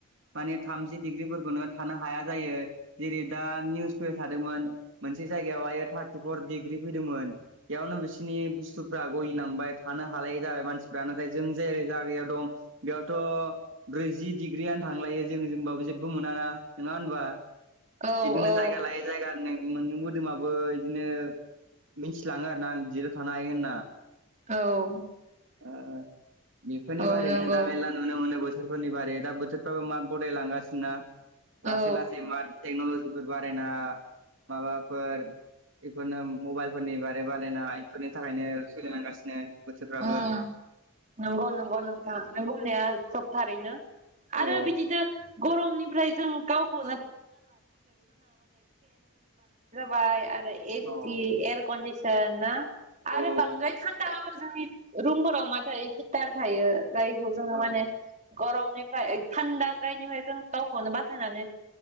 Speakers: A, on the right; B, on the right.
A: माने थामजि डिग्रिफोरखौ नो थानो हाया जायो जेरै दा निउस पे थादोंमोन मोनसे जायगायावह थार्टिफर डिग्रि फैदोंमोन बेयावनो बिसोरनि बुस्थुफ्रा गलिलांबाय। थानो हालाय जाबाय मानसिफ्रा नाथाय जों जायै जागायाव दं बेयावथ' ब्रैजि डिग्रियानो थांलायो जों जोंबाबो जेबबो मोन ना नङा होनबा
B: औ
A: बिदिनो
B: औ
A: जायगा लायो जायगानो मोन मोदोमाबो बिदिनो मिथिलाङो आरो ना आं बिराव थानो हायो होनना
B: <inaudible>
A: ओ बेफोरनि
B: औ
A: बारैनो
B: नंगौ
A: दा मेरला नुनो मोनो बोथोर फोरनि बारै दा बोथोरफ्राबो मा गदायलांगासिनोना लासै
B: औ
A: लासै मा टेकनलजि बिफोर बारायना माबाफोर बेफोरनो मबाइल फोरनि बारै बारायनाय बिफोरनि थाखायनो सोलिलांगासिनो। बोथोरफ्राबो
B: ओम नंगौ नंगौ नोंथां नों बुंनाया सबथारैनो। आरो
A: औ
B: बिदिनो गरमनिफ्राय जों गावखौ बाय आरो एसि
A: औ
B: एयारकन्दिसोन ना आरो
A: औ
B: बांद्राय थान्दाबो जोंनि रुमफोराव मा थायो हिटार थायो जायखौ जोङो
A: औ
B: माने गरमनि फ्राय थान्दा जायनिफ्राय जों गावखौनो बासायनानै